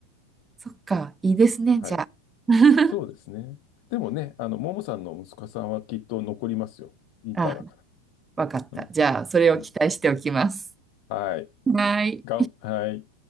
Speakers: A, on the right; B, on the left.
A: そっか。いいですね、
B: はい。
A: じゃあ。<laughs>
B: そうですね。でもね、あの、ももさんの息子さんはきっと残りますよ。インターだから。
A: あ、わかった。
B: うん。
A: じゃあ、それを期待しておきます。
B: うん。はい。
A: はい。
B: がん、はい。